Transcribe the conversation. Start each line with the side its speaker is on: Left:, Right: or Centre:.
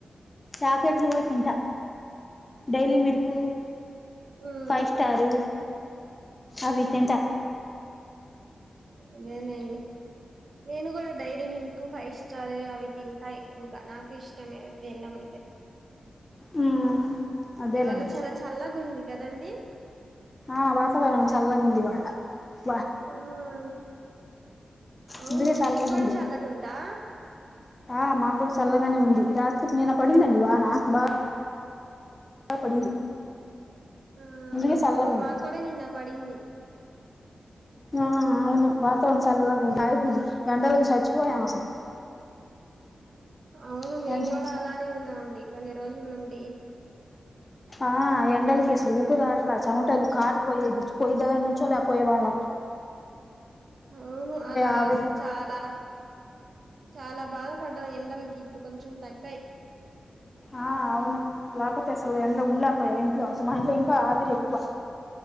Left: చాకెట్లు కూడా తింటా డైలీ మరకు
Right: ఉ ఉ
Left: ఫైవ్ స్టారు అవితేంత
Right: అదేన అండి నేను కూడా డైర ఎక్ ఫైవ్ స్టార్ అవి తింటా ఎక్కువగా ఇష్టమేవి తడం అయితే
Left: మ్మ్ అదేలేండి
Right: ఇవాళ చాలా చల్లగా ఉంది కద ఎదండి
Left: ఆ వాతావరణం చల్లగా ఉంది వాళ అ
Right: అహా మ్మ్ ఆ అవును
Left: అందుకే చల్లగా
Right: మీ కూడా
Left: ఉంది
Right: చల్లగుందా
Left: ఆ మా కూడా చల్లగానే ఉంది రాత్రిపు నేను పడిందండి వాన అఖబా పడింది
Right: ఆ
Left: అందుకే చల్లగా
Right: అవును
Left: ఉంది
Right: మార్కోడే నిన్ పడిందంది
Left: ఆ అవును వాతావరణం చలకు ఆయిపోంది గండలకి చచ్చిపోయాం అసలు
Right: అవును
Left: అసలు
Right: మేము కూడా అలానే ఉన్నాం అ కొన్ని రోజుల నుండి
Left: ఆ ఎండలకిసులు ఊపిరి ఆడట్ల చెమటాలు కార్ పో పోయి దగర నుంచోలేపోయేవాళ్ళం
Right: అవును అలా
Left: ఆవిరి
Right: అసలు చాలా చాలా బాధపడ్డ ఎండలకి ఇప్పుడు కొంచెం తగ్గాయి
Left: ఆ అవును లేకపోతే అసలు ఎంలో ఉండలేపో ఇంట్లో అసలు మా ఇంట్లో ఇంకా ఆవిరి ఎక్కువ